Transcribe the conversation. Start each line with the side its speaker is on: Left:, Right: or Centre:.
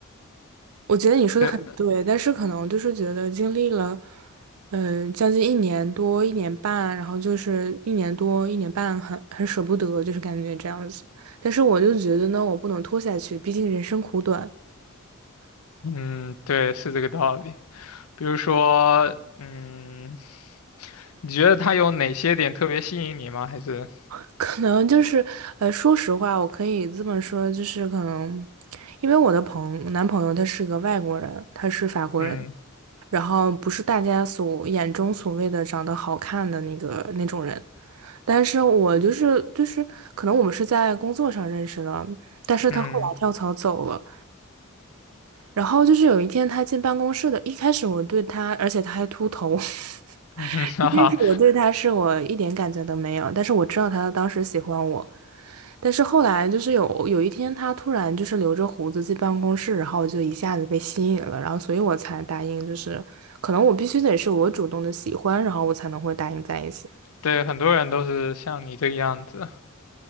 Right: 我觉得你说的很对，
Left: 对，
Right: 但是可能就是觉得经历了，嗯、将近一年多、一年半，然后就是一年多、一年半很，很舍不得，就是感觉这样子。但是我就觉得呢，我不能拖下去，毕竟人生苦短。
Left: 嗯，对，是这个道理。比如说，嗯，你觉得他有哪些点特别吸引你吗？还是，
Right: <laughs> 可能就是，呃，说实话，我可以这么说，就是可能，因为我的朋男朋友他是个外国人，他是法国人，
Left: 嗯
Right: 然后不是大家所眼中所谓的长得好看的那个那种人。但是我就是就是，可能我们是在工作上认识的，但是他后来跳槽走了。
Left: 嗯
Right: 然后就是有一天他进办公室的，一开始我对他，而且他还秃头，<laughs>
Left: 嗯哼 <laughs> 哈哈，
Right: 一开始我对他是我一点感觉都没有，但是我知道他当时喜欢我。但是后来就是有有一天他突然就是留着胡子进办公室，然后我就一下子被吸引了，然后所以我才答应，就是可能我必须得是我主动的喜欢，然后我才能会答应在一起。
Left: 对，很多人都是像你这个样子，